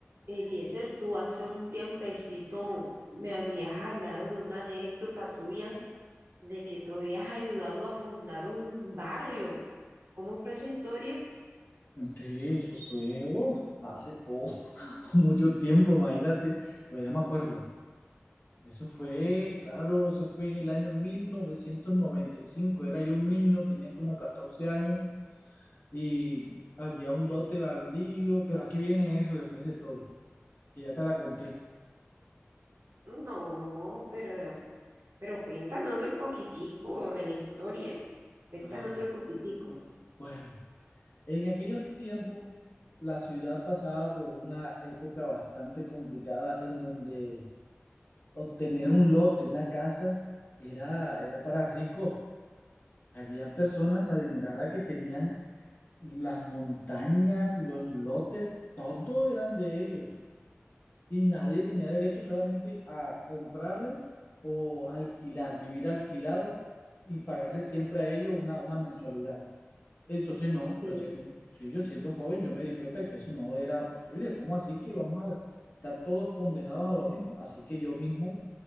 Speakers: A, on the right (about 60°); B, on the left (about 50°).
A: Eliezer, tú hace un tiempecito me habías hablado de una anécdota tuya de que tú habías ayudado a fundar un barrio. ¿Cómo fue esa historia?
B: Sí, eso fue, uf, hace poco, <laughs> mucho tiempo, imagínate, todavía me acuerdo. Eso fue, claro, eso fue en el año 1995. Era yo un niño, tenía como 14 años y había un lote baldío, pero aquí viene eso después de todo, que ya te la conté.
A: No, pero, pero cuéntame otro poquitico de la historia. Cuéntame
B: Ay,
A: otro poquitico.
B: bueno, en aquellos tiempos la ciudad pasaba por una época bastante complicada en donde obtener un lote, una casa, era, era para ricos. Había personas adineradas que tenían las montañas, los lotes, todo eran de ellos. Y nadie tenía derecho solamente a comprarle o alquilar, vivir alquilado y pagarle siempre a ellos una, una mensualidad. Entonces, no,
A: Ok.
B: yo siendo, sí, yo siendo joven, yo me di cuenta que eso no era posible. ¿Cómo así que vamos a estar todos condenados a lo mismo? Así que yo mismo,